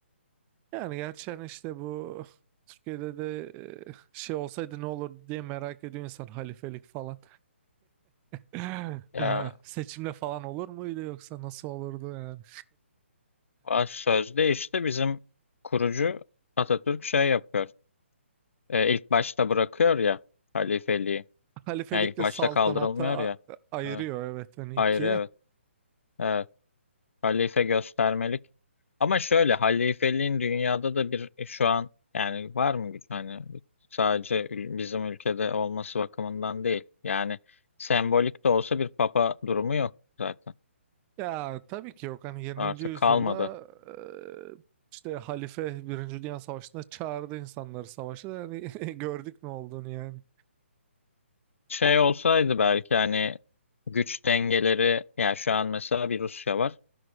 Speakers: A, on the right; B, on the left.
A: yani gerçi hani işte bu Türkiye'de de e, şey olsaydı ne olur diye merak ediyor insan halifelik falan. <laughs>
B: Ya
A: E, seçimle falan olur muydu yoksa nasıl olurdu yani?
B: baş sözde işte bizim kurucu Atatürk şey yapıyor. E, ilk başta bırakıyor ya halifeliği.
A: Halifelikle
B: Yani ilk başta
A: saltanata
B: kaldırılmıyor ya.
A: a- ayırıyor
B: Evet.
A: evet hani
B: Ayrı
A: ikiye.
B: evet. Evet. Halife göstermelik. Ama şöyle halifeliğin dünyada da bir e, şu an yani var mı güç hani sadece ül- bizim ülkede olması bakımından değil. Yani sembolik de olsa bir papa durumu yok zaten.
A: Ya tabii ki yok. Hani 20.
B: Artık
A: yüzyılda
B: kalmadı.
A: e, işte halife Birinci Dünya Savaşı'nda çağırdı insanları savaşa da yani <laughs> gördük ne olduğunu yani.
B: Şey olsaydı belki hani güç dengeleri yani şu an mesela bir Rusya var.